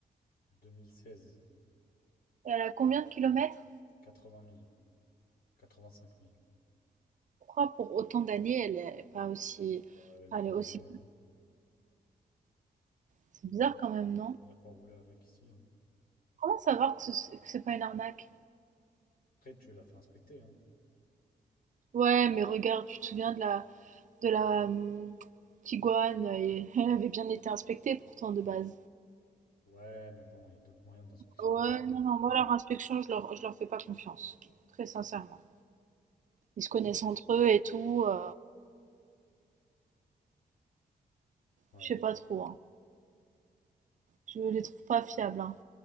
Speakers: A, on the left (about 65°); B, on the right (about 50°).
A: 2016,
B: Elle a combien de kilomètres?
A: 80 000, 85 000.
B: Pourquoi pour autant d'années, elle est pas aussi...
A: Bah, elle
B: enfin,
A: a pas
B: elle est
A: roulé.
B: aussi...
A: Hein.
B: C'est bizarre
A: Il
B: quand même, non?
A: il a pas roulé avec ici. hein.
B: Comment savoir que ce- que c'est pas une arnaque?
A: Après, tu l'as fait inspecter. hein.
B: Ouais, mais regarde, tu te souviens de la, de la hum, Tiguan, et- <laughs> elle avait bien été inspectée pourtant de base.
A: Ouais, mais bon, il y a d'autres moyens d'inspection.
B: Ouais, non, non, moi leur inspection, je leur, je leur fais pas confiance, très sincèrement. Ils se connaissent entre eux et tout, euh,
A: Ouais.
B: je sais pas trop, hein. Je les trouve pas fiables, hein.